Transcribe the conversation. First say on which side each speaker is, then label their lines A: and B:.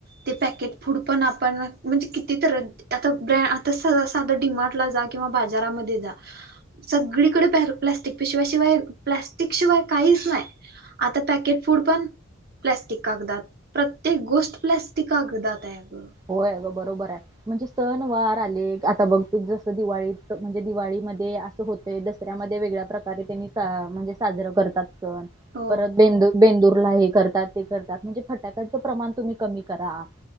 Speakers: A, on the right (about 50°); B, on the right (about 20°).
A: ते पॅकेट फूड पण आपण म्हणजे किती तर आता ब्रँ आता साधा डि मार्ट ला जा किंवा बाजारामध्ये जा. सगळीकडे प प्लाॅस्टिक पिशव्याशिवाय प्लाॅस्टिक शिवाय काहीच नाही. आता पॅकेट फूड पण, प्लस्टिक कागदात. प्रत्येक गोष्ट, प्लॅस्टिक कागदाताय आगं.
B: होय, आगं. बरोबराय. म्हणजे सण वार आले. आता बघ. जसं, दिवाळीत. म्हणजे, दिवाळीमध्ये होते. दसऱ्यामध्ये वेगळ्या प्रकारे त्यांनी म्हणजे सा साजरं करतात सण.
A: हो
B: परत बेंदू - बेंदूरला हे करतात, ते करतात. म्हणजे फटाक्यांचं प्रमाण तुम्ही कमी करा.